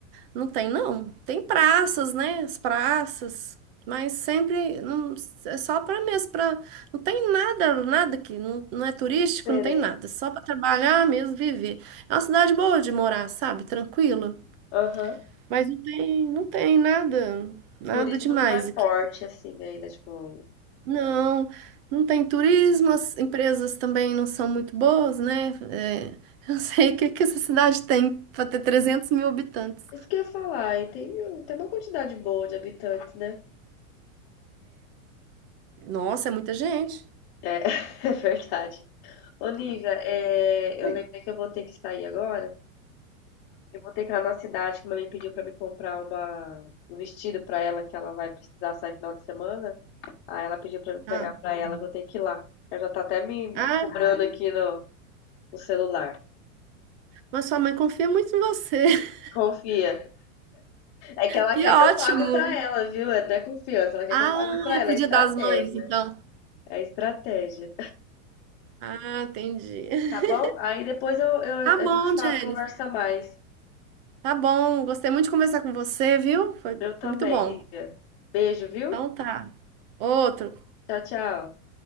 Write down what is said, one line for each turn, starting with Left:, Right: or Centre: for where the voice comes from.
Right: Não tem, não. Tem praças, né? As praças. Mas sempre não, é só para mesmo, para não tem nada, nada que não, não é turístico,
Left: diferente.
Right: não tem nada, é só para trabalhar mesmo, viver. É uma cidade boa de morar, sabe? Tranquila.
Left: Aham.
Right: Mas não tem, não tem nada, nada
Left: Turismo
Right: demais
Left: não é
Right: aqui.
Left: forte assim ainda, tipo.
Right: Não, não tem turismo, as empresas também não são muito boas, né? É, <laughs> eu não sei o que que essa cidade tem para ter 300 mil habitantes.
Left: Isso que eu ia falar, e tem, tem uma quantidade boa de habitantes, né?
Right: Nossa, é muita gente.
Left: É, <laughs> é verdade. Ô, Nívia, é,
Right: Oi.
Left: eu lembrei que eu vou ter que sair agora. Eu vou ter que ir lá na cidade, que minha mãe pediu pra me comprar uma, um vestido pra ela, que ela vai precisar sair final de semana. Aí ela pediu pra me pegar
Right: Ah,
Left: pra ela, eu vou ter que ir lá. Ela já tá até me me
Right: ah,
Left: cobrando aqui no, no celular.
Right: mas sua mãe confia muito em você. <laughs>
Left: Confia. É que ela
Right: Que
Left: quer
Right: ótimo.
Left: que eu pague pra ela, viu? É- Não é confiança, ela quer
Right: Ah,
Left: que eu pague pra
Right: é
Left: ela.
Right: pro
Left: É estratégia.
Right: Dia das Mães, então.
Left: É estratégia.
Right: Ah, entendi. <laughs>
Left: Tá bom? Aí depois eu, eu-
Right: Tá
Left: a
Right: bom,
Left: gente fala,
Right: Jennifer.
Left: conversa mais.
Right: Tá bom. Gostei muito de conversar com você, viu? Foi,
Left: Eu também,
Right: foi muito bom.
Left: Lívia. Beijo, viu?
Right: Então tá. Outro.
Left: Tchau, tchau.